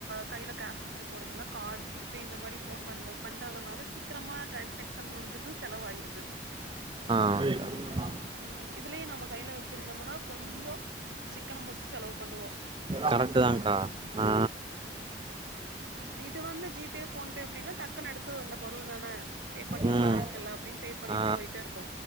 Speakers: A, on the right (about 80°); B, on the right (about 30°).
A: கைல கேஷ் எடுத்துட்டு போறதுல கார்ட் ஜீப் பே இந்த மாரி போன் பண் பண்றதுனால சீக்கிரமா டிரான்சாக்ஷ்ன் முடிஞ்சது செலவாயிடுது
B: ஆ
A: ம் இதுலயு நம்ம கையில வச்சிருந்தோம்னா கொஞ்சொ சிக்கனொ புடுச்சு செலவு பண்ணுவோ
B: கரெக்டு
A: கரெக்ட் தான
B: தாங்க்கா ஆ
A: இது வந்து ஜி பே ஃபோன் பே அப்டினா டக்குனு எடுத்து இந்த பொருள் தான பே பண்ணிட்லா
B: ம்
A: இருக்குல அப்டினு பே பண்ணிட்டு
B: ஆ
A: போய்ட்டே இருப்போ